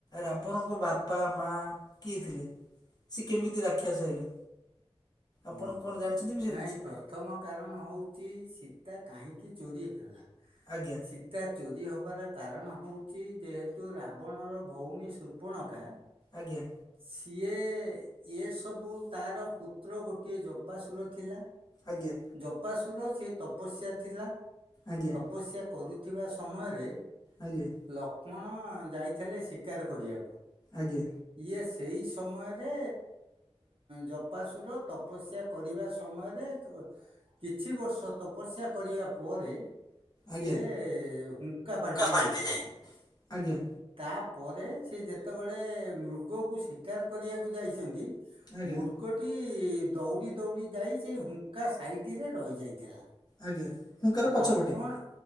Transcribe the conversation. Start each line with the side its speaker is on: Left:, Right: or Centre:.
Left: ରାବଣଙ୍କ ବାପା ମା କିଏ ଥିଲେ? ସେ କେମିତି ରାକ୍ଷସ ହେଲେ ଆପଣ
Right: ହୁଁ
Left: କଣ ଜାଣିଚନ୍ତି ଏ ବିଷୟରେ
Right: ନାଇଁ
Left: କିଛି।
Right: ପ୍ରଥମ କାରଣ ହଉଚି ସୀତା କାହିଁକି ଚୋରି ହେଲା?
Left: ଆଜ୍ଞା।
Right: ସୀତା ଚୋରି ହବାର କାରଣ ହଉଚି ଯେହେତୁ ରାବଣର ଭଉଣୀ ସୂପଣକା
Left: ଆଜ୍ଞା।
Right: ସିଏ ଏସବୁ ତାର ପୁତ୍ର ଗୋଟିଏ ଜପାସୁର ଥିଲା।
Left: ଆଜ୍ଞା।
Right: ଜପାସୁର ସେ ତପସ୍ୟା ଥିଲା।
Left: ଆଜ୍ଞା।
Right: ତପସ୍ୟା କରୁଥିବା ସମୟରେ
Left: ଆଜ୍ଞା।
Right: ଲକ୍ଷ୍ମଣ ଯାଇଥିଲେ ଶିକାର କରିବାକୁ।
Left: ଆଜ୍ଞା।
Right: ଇଏ ସେଇ ସମୟରେ ଜପାଶୁର ତପସ୍ୟା କରିବା ସମୟରେ କିଛି ବର୍ଷ ତପସ୍ୟା କରିବା ପରେ
Left: ଆଜ୍ଞା
Right: ସିଏ ହୁଙ୍କା ପାଲଟି
Left: କା
Right: ଯାଇଥିଲେ।
Left: ଯାଇ ଆଜ୍ଞା।
Right: ତାପରେ ସେ ଯେତେବେଳେ ମୃଗକୁ ଶିକାର କରିବାକୁ ଯାଇଚନ୍ତି
Left: ଆଜ୍ଞା
Right: ମୃଗଟି ଦୌଡ଼ି ଦୌଡ଼ି ଯାଇ ସେଇ ହୁଙ୍କା ସାଇଟିରେ ରହିଯାଇଥିଲା।
Left: ଆଜ୍ଞା। ହୁଙ୍କାର ପଛପଟେ
Right: ଲକ୍ଷ୍ମଣ